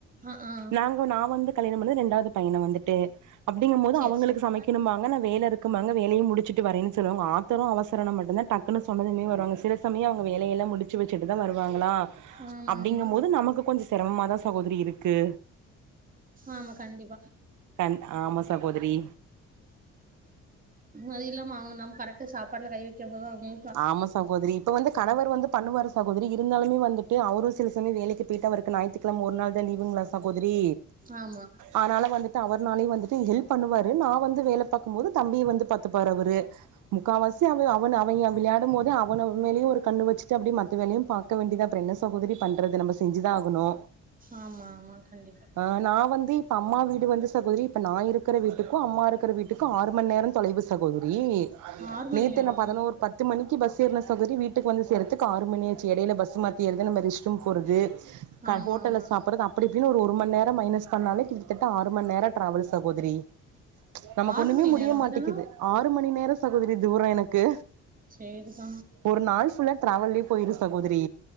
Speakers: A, on the right (about 30°); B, on the right (about 80°).
A: ஆ ஆ
B: நாங்க வ நா வந்து கல்யாணம் பண்ணது ரெண்டாவது பையன வந்துட்டு அப்பிடிங்கும் போது
A: சேரி
B: அவங்களுக்
A: சேரி
B: சமைக்கணும்பாங்க நா வேல இருக் இருக்கும்பாங்க வேலையு முடிச்சுட்டு வரேன் சொல்லுவாங்க ஆத்தரோ அவசரனா மட்டும் தா டக் டக்குனு சொன்னதுமே வருவாங்க சில சமயோ அவங்க வேலயெல்லா முடிச்சு வச்சுட்டு தா வருவாங்களா
A: ஆமா
B: அப்டிங்கும்
A: ஆமா
B: போது நமக்கு கொஞ்சோ சிரமமாதா சகோதரி இருக்கு
A: ஆமா கண்டிப்பா
B: கண் ஆமா சகோதரி
A: அது இல்லாம அவங்க நம் கரெக்டா சாப்பாட்டுல கை வெக்கம்போது தா அவங்க
B: ஆமா சகோதரி இப்ப வந்து கணவர் வந்து பண்ணுவாரு சகோதரி இருந்தாலுமே வந்துட்டு அவரு சில சமய வேலைக்கி போயிட்டு அவருக்கு ஞாயிற்றுக்கெழம ஒரு நாள் தா லீவுங்களா சகோதரி
A: ஆமா
B: ஆனால வந்துட்டு அவர்னாலையு வந்துட்டு ஹெல்ப் பண்ணுவாரு நா வந்து வேல பாக்கும் போது தம்பிய வந்து பாத்துப்பாரு அவுரு முக்காவாசி அவரு அவன அமைதியா விளயாடுமோதே அவன மேலயும் ஒரு கண்ணு வச்சிட்டு அப்டே மத்த வேலையு பாக் இருக்க வேண்டிதா அப்புறோ என்ன சகோதிரி பண்றது நம்ப செஞ்சிதா ஆகணு
A: ஆமா ஆமா கண்டிப்பா
B: ஆ நா வந்து இப்ப அம்மா வீடு வந்து சகோதிரி இப்ப நா இருக்கற வீட்டுக்கும் அம்மா இருக்கற வீட்டுக்கும் ஆறு மண் நேரம் தொலைவு சகோதிரி
A: ஆறு மணி
B: நேத்து
A: நேரோ
B: நா பதனோர் பத் பத்து மணிக்கி பஸ் ஏறுன சகோதிரி வீட்டுக்கு வந்து சேரதுக்கு ஆறு மணி ஆச்சி எடைல பஸ்ஸு மாத்தி ஏறத நம்ம ரெஸ்ட் ரூம் போறது கா
A: ஆமா
B: ஹோட்டல்ல
A: ஆமா
B: சாப்புட்றது அப்டி இப்டின்னு ஒரு மணி நேரோ மைனஸ் பண்ணாலே கிட்டத்தட்ட ஆறு மணி நேரோ ட்ராவல் சகோதரி நமக்கு
A: ஆறு
B: ஒன்னுமே
A: மணி
B: முடிய
A: நேரோ அப்டிதானா
B: மாட்டேங்கிது ஆறு மணி நேரோ சகோதரி தூரோ எனக்கு
A: சேரி தா
B: ஒரு நாள் ஃபுல்லா ட்ராவல்லே போயிரு சகோதிரி